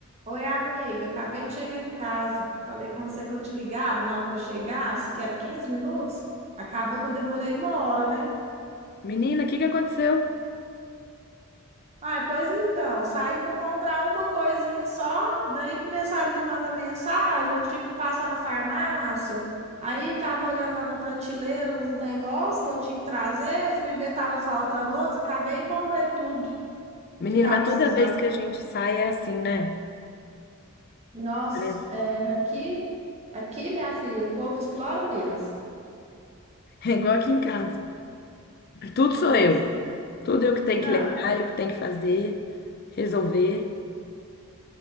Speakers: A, on the right; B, on the left.
A: Oi, amiga, acabei de chegar em casa. Falei com você que eu te ligava na hora que eu chegasse, que era 15 minutos. Acabou que eu demorei uma hora, né?
B: Menina, o que que aconteceu?
A: Ai, pois então, saí para comprar uma coisinha só, daí começaram a me mandar mensagem, eu tive que passar na farmácia. Aí tava olhando lá na prateleira uns negócios que eu tinha que trazer, fui ver tava faltando outros, acabei e comprei tudo
B: Menina,
A: que tava
B: mas
A: precisando.
B: toda vez que a gente sai é assim, né?
A: Nossa,
B: É
A: é, aqui, aqui, minha filha, o povo explora mesmo.
B: é igual aqui em casa. Tudo
A: Nossa.
B: sou eu. Tudo eu que tenho
A: Não.
B: que lembrar, eu que tenho que fazer, resolver.